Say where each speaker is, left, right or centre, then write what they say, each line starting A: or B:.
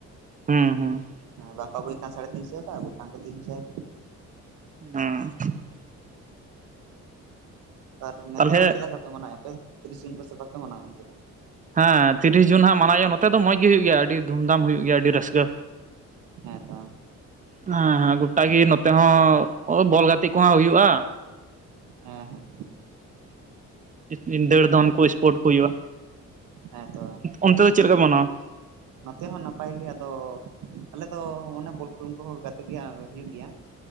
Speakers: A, on the right; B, on the right.
A: ᱦᱮᱸ ᱦᱮᱸ
B: ᱦᱮ ᱵᱟᱠᱚ ᱟᱜᱩᱭ ᱠᱷᱟᱱ ᱥᱟᱲᱮ ᱛᱤᱱᱥᱚᱭᱟ ᱠᱚ ᱟᱜᱩ ᱠᱷᱟᱱ ᱠᱚ ᱛᱤᱱᱥᱚᱭᱟ
A: ᱦᱩᱸ
B: ᱟᱨ ᱱᱤᱛᱚᱜ
A: ᱛᱟᱦᱚᱞᱮ
B: ᱫᱚ ᱪᱮᱫ ᱞᱮᱠᱟ ᱯᱮ ᱢᱟᱱᱟᱣᱮᱫ ᱟᱯᱮ ᱛᱤᱨᱤᱥ ᱡᱩᱱ ᱠᱚ ᱥᱮᱫ ᱵᱟᱯᱮ ᱢᱟᱱᱟᱣᱮᱜ ᱚᱱᱛᱮ ᱫᱚᱼᱼ
A: ᱦᱮᱸ ᱛᱤᱨᱤᱥ ᱡᱩᱱ ᱦᱟᱸᱜ ᱢᱟᱱᱟᱣᱭᱟᱼᱟ ᱱᱚᱛᱮ ᱫᱚ ᱢᱚᱸᱡᱽ ᱜᱮ ᱦᱩᱭᱩᱜ ᱜᱮᱭᱟ ᱟᱹᱰᱤ ᱫᱷᱩᱢᱫᱷᱟᱢ ᱦᱩᱭᱩᱜ ᱜᱮᱭᱟ ᱟᱹᱰᱤ ᱨᱟᱹᱥᱠᱟᱹᱼᱼ
B: ᱦᱮᱸ ᱛᱚ
A: ᱦᱮᱸ ᱦᱮᱸ ᱜᱚᱴᱟ ᱜᱮ ᱱᱚᱛᱮ ᱦᱚᱸ ᱵᱚᱞ ᱜᱟᱛᱮᱜ ᱠᱚ ᱦᱟᱸᱜ ᱦᱩᱭᱩᱜᱼᱟ
B: ᱦᱮᱸ ᱦᱮᱸ
A: ᱦᱩᱸ ᱫᱟᱹᱲ ᱫᱚᱱ ᱠᱚ ᱥᱯᱳᱨᱴ ᱠᱚ ᱦᱩᱭᱩᱜᱼᱟ
B: ᱦᱮᱸ ᱛᱚ
A: ᱚᱱᱛᱮ ᱫᱚ ᱪᱮᱫᱠᱟ ᱢᱟᱱᱟᱣᱟ
B: ᱱᱚᱛᱮ ᱦᱚᱸ ᱱᱟᱯᱟᱭ ᱜᱮ ᱟᱫᱚ ᱟᱞᱮ ᱫᱚ ᱚᱱᱮ ᱵᱚᱞ ᱠᱷᱮᱞ ᱠᱚᱦᱚᱸ ᱜᱟᱛᱮ ᱜᱮᱭᱟ ᱟᱨ ᱦᱩᱭᱩᱜ ᱜᱮᱭᱟ <unintelligible>